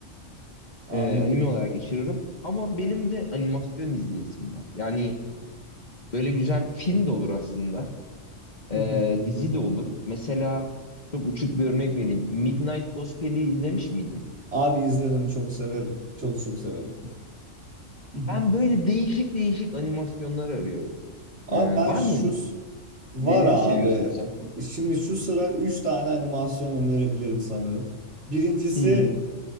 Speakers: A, on the right (about 65°); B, on the left (about 35°).
A: Anladım.
B: e, anime olarak geçiririm. Ama benim de animasyon izleyesim var. Yani böyle güzel film de olur aslında. Ee,
A: <laughs>
B: dizi de olur. Mesela çok uçuk bir örnek vereyim. Midnight Gospel'i izlemiş miydin?
A: Abi izledim çok severim. Çok çok severim. <laughs>
B: Ben böyle değişik değişik animasyonlar arıyorum.
A: Abi
B: Ee,
A: ben
B: var
A: şu
B: mı?
A: s- var
B: Neleri
A: abi.
B: seviyorsun sen?
A: Şimdi şu sıra 3 tane animasyon önerebilirim sanırım. Birincisi
B: Hı hı.